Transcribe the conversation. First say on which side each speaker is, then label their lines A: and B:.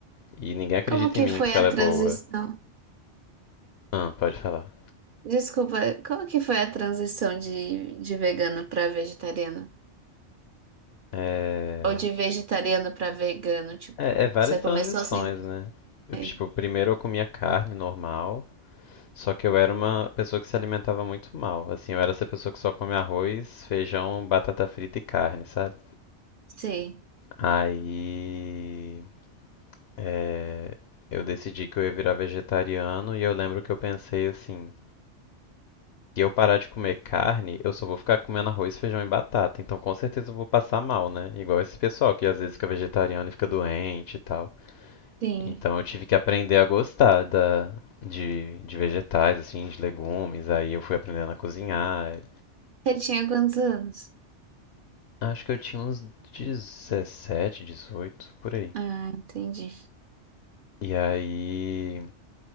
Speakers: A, on the left; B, on the right.
A: E ninguém acredita
B: Como que
A: em mim
B: foi
A: porque
B: a
A: ela é boa.
B: transição?
A: Ah, pode falar.
B: Desculpa, como que foi a transição de, de vegano para vegetariano?
A: É,
B: Ou de vegetariano para vegano, tipo,
A: é, é várias
B: você
A: transições,
B: começou sempre.
A: né? Eu,
B: bem?
A: Tipo, primeiro eu comia carne normal. Só que eu era uma pessoa que se alimentava muito mal. Assim, eu era essa pessoa que só come arroz, feijão, batata frita e carne, sabe?
B: Sim,
A: Aí, é, eu decidi que eu ia virar vegetariano e eu lembro que eu pensei assim, se eu parar de comer carne, eu só vou ficar comendo arroz, feijão e batata, então com certeza eu vou passar mal, né? Igual esse pessoal que às vezes fica vegetariano e fica doente e tal.
B: sim.
A: Então eu tive que aprender a gostar da, de, de vegetais, assim, de legumes, aí eu fui aprendendo a cozinhar,
B: Você tinha quantos anos?
A: Acho que eu tinha uns 17, 18 por aí.
B: Ah, entendi.
A: E aí.